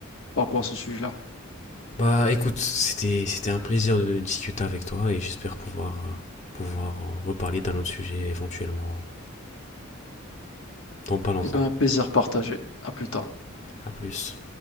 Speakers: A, on the left (about 70°); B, on the left (about 35°).
A: par rapport à ce sujet-là.
B: Bah écoute, c'était c'était un plaisir de discuter avec toi et j'espère pouvoir euh, pouvoir euh, reparler d'un autre sujet éventuellement dans pas longtemps.
A: Eh bien, plaisir partagé. À plus tard.
B: À plus.